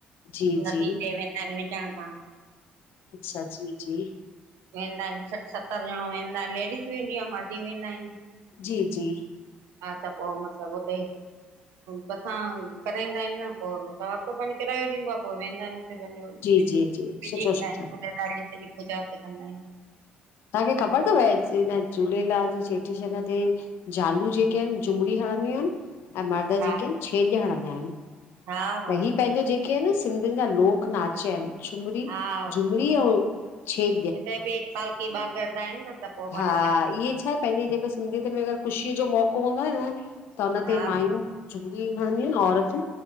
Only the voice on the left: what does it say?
जी जी
अच्छा जी जी
जी जी।
जी
जी जी
सुठो
सुठो
तहांखे ख़बर तव हिन झूलेलाल जे चेट्री चंड ते ज़ालू जेके हिनि झुमरी हणंदियूं आहिनि ऐं मर्द
जेके हिनि छेॼ हणंदा हिनि
त ही पंहिंजो जेके इनि न सिंधियुनि जा लोकनाच इनि। झुमरी
झुमरी अंउं छेॼ।
हा
इह्ये छा पंहिंजे जेके सिंधीयत में अगरि ख़ुशीअ जो मौको हूंदो आ न त
उन ते मायूं झूमरी हणंदियू इनि औरतूं